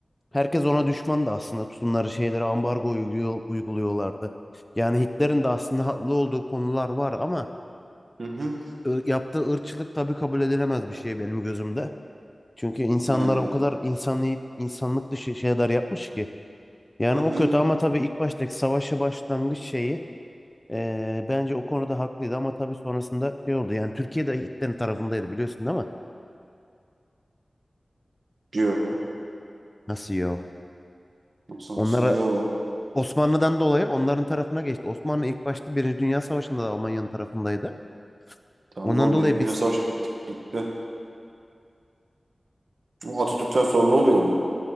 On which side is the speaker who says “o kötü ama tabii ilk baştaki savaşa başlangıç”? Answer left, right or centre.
Left